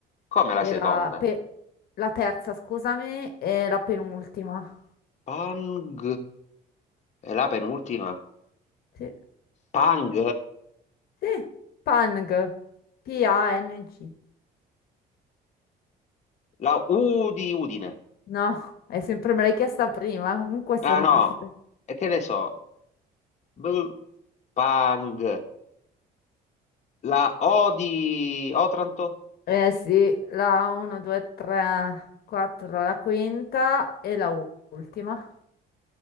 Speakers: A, on the left; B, on the left.
A: Come
B: e
A: la seconda?
B: la, pe- la terza, scusami, e la penultima.
A: Pang. È la penultima.
B: Sì,
A: Pang.
B: sì, Pang, P-A-N-G.
A: La U di Udine.
B: No, è sempre me l'hai chiesta prima, comunque sono
A: Ah no.
B: cresciuta.
A: E che ne so? B. Pang. La O di Otranto.
B: Eh sì, la 1, 2, 3, 4, la quinta e la ultima.